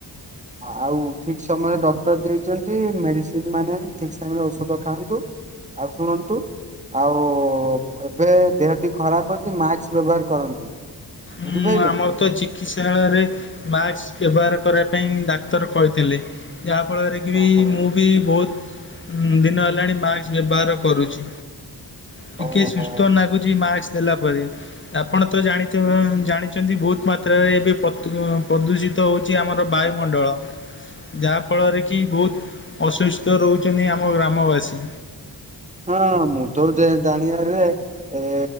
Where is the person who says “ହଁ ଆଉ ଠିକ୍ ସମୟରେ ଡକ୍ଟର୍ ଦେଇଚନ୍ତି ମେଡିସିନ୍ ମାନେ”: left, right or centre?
Right